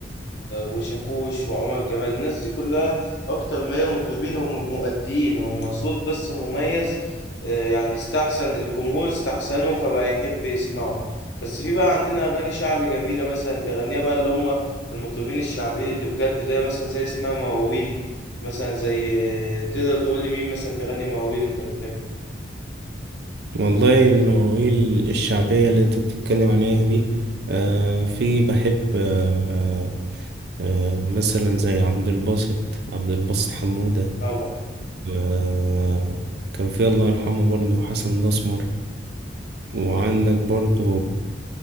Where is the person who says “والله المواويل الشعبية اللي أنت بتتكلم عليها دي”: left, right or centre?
Right